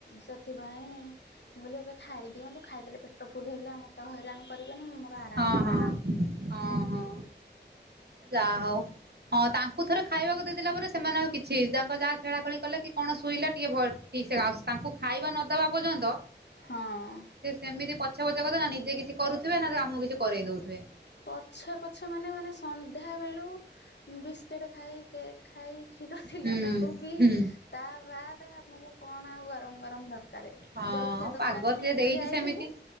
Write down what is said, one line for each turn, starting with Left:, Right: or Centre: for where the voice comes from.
Left: ସେଥିପାଇଁ ମୁଁ କହିଲି ଏବେ ଖାଇଦିଅନ୍ତୁ ଖାଇଦେଲେ ପେଟ ଫୁଲ ହେଇଗଲା ଆ ମୋତେ ହଇରାଣ କରିବେନି ମୁଁ ମୋର ଆରାମରେ
Right: ହଁ ହଁ
Left: କରିବି।
Right: ହଁ ହଁ। ଯାହା ହଉ ହଁ ତାଙ୍କୁ ଥରେ ଖାଇବାକୁ ଦେଇଦେଲା ପରେ ସେମାନେ ଆଉ କିଛି ତାଙ୍କ ଯାହା ଖେଳା ଖେଳି କଲେ ତି କଣ ଶୋଇଲା ଟିକେ ଭ ଠିକସେ ତାଙ୍କୁ ଖାଇବା ନଦବା ପର୍ଯ୍ୟନ୍ତ
Left: ହଁ
Right: ସେ ସେମିତି ପଛେ ପଛେ କରୁ ନା ନିଜେ କିଛି କରୁଥିବେ ନା ସେ ଆମକୁ କିଛି କରେଇ ଦଉଥିବେ
Left: ପଛେ ପଛେ ମାନେ ମାନେ ସନ୍ଧ୍ୟାବେଳୁ ବିସ୍କେଟ୍ ଖାଇ କେକ ଖାଇ କ୍ଷୀର ଥିଲା
Right: ହୁଁ
Left: ତାକୁ ପିଇ
Right: ହୁଁ
Left: ତା ବାଦେ ଆମକୁ କଣ ଆଉ ଗରମ ଗରମ ଦରକାରେ।
Right: ହଁ
Left: ଜଳଖିଆ
Right: ପାଗ
Left: ଦୋକାନ
Right: ସେ
Left: ନେଇକି
Right: ଦେଇଛି
Left: ଯାଇଥିଲି
Right: ସେମିତି